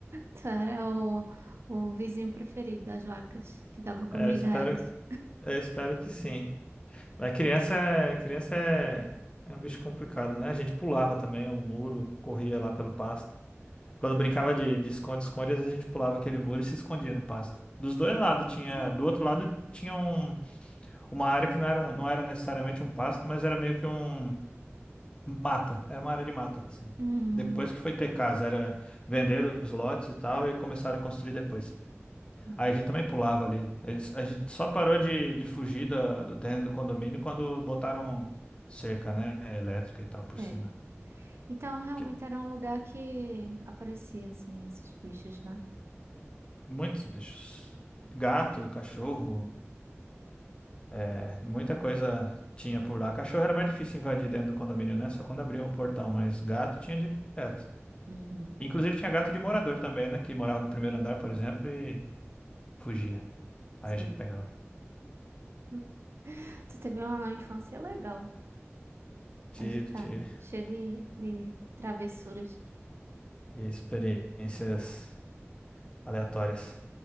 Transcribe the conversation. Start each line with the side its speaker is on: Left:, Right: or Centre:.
Right: Tu era o, o vizinho preferido das vacas, que dava comida
Left: É, espero,
Right: a elas.
Left: eu espero que sim. Mas criança, é- criança é, é um bicho complicado, né? A gente pulava também o muro, corria lá pelo pasto. Quando brincava de de esconde-esconde, às vezes a gente pulava aquele muro e se escondia no pasto. Dos dois lados tinha,
Right: Sim.
Left: do outro lado tinha um- uma área que não era, um- não era necessariamente um pasto, mas era meio que um mata, era uma área de mata assim.
Right: Hum.
Left: Depois que foi ter casa, era vender os lotes e tal e começaram a construir depois.
Right: Uhum.
Left: Aí a gente também pulava ali. Eles, a gente só parou de, de fugir da- do terreno do condomínio quando botaram cerca, né, elétrica e tal por
Right: Sei.
Left: cima.
Right: Então, realmente
Left: Que-
Right: era um lugar que aparecia, assim, esses bichos, né?
Left: Muitos bichos. Gato, cachorro, É, muita coisa tinha por lá. Cachorro era mais difícil invadir dentro do condomínio, né? Só quando abriam o portão, mas gato tinha direto.
Right: Uhum.
Left: Inclusive tinha gato de morador também, né? Que morava no primeiro andar, por exemplo, e fugia.
Right: Sei.
Left: Aí a gente pegava.
Right: Hum, Tu teve uma infância legal,
Left: Tive,
Right: agitada,
Left: tive
Right: cheia de, de travessuras.
Left: experiências aleatórias.